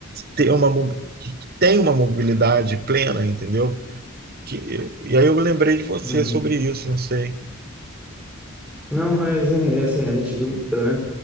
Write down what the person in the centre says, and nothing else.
Uhum.
Não, mas e assim, a gente viu, pelo menos